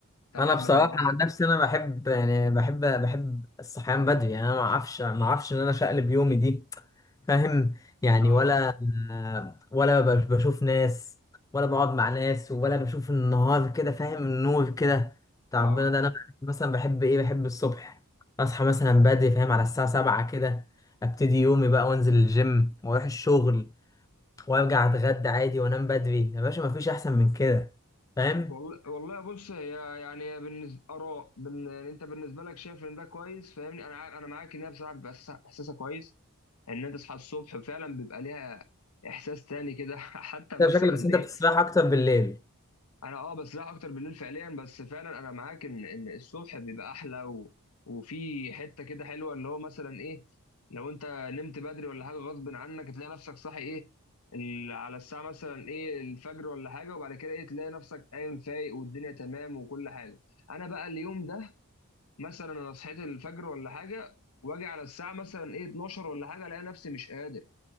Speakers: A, on the left (about 80°); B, on the left (about 15°).
A: طبعا
B: انا بصراحه
A: بتبقى
B: عن نفسي انا بحب يعني بحب بحب الصحيان بدري يعني انا ما اعرفش ما اعرفش ان انا شقلب يومي دي فاهم
A: <laughs>
B: يعني
A: اه
B: ولا ولا ب- بشوف ناس ولا بقعد مع ناس ولا بشوف النهار كده فاهم النور كده بتاع
A: اه
B: ربنا ده انا مثلا بحب ايه بحب الصبح اصحى مثلا بدري فاهم على الساعه 7 كده ابتدي يومي بقى وانزل الجيم واروح الشغل وارجع اتغدى عادي وانام بدري يا باشا مفيش احسن من كده فاهم
A: والله والله بص هي يعني بالنسبه اراء بن... يعني انت بالنسبه لك شايف ان ده كويس فاهمني انا عا- انا معاك ان هي بصراحه بيبقى إحساسها إحساسها كويس ان انت تصحى الصبح فعلا بيبقى ليها احساس تاني كده <laughs> حتى مثلا
B: انت شكلك بس انت
A: ايه
B: بتستريح اكتر بالليل
A: انا اه بسرح اكتر بالليل فعليا بس فعلا انا معاك ان ان الصبح بيبقى احلى و... وفي حته كده حلوه اللي هو مثلا ايه لو انت نمت بدري ولا حاجه غصب عنك تلاقي نفسك صاحي ايه ال... على الساعه مثلا ايه الفجر ولا حاجه وبعد كده ايه تلاقي نفسك قايم فايق والدنيا تمام وكل حاجه انا بقى اليوم ده مثلا انا صحيت الفجر ولا حاجه واجي على الساعه مثلا ايه 12 ولا حاجه الاقي نفسي مش قادر